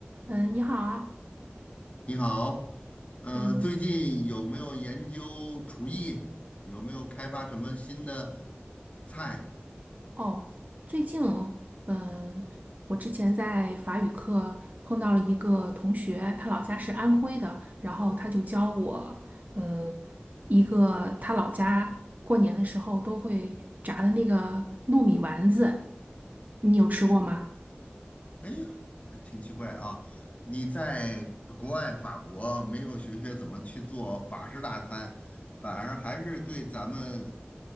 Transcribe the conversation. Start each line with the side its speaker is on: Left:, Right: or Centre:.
Right: 嗯，你好啊，
Left: 你好，呃，
Right: 嗯，
Left: 最近有没有研究厨艺？有没有开发什么新的菜？
Right: 哦，最近，嗯，我之前在法语课碰到了一个同学，他老家是安徽的，然后他就教我，嗯，一个他老家过年的时候都会炸的那个糯米丸子，你有吃过吗？
Left: 哎呦，呃挺奇怪啊！你在国外法国没有学学怎么去做法式大餐，反而还是对咱们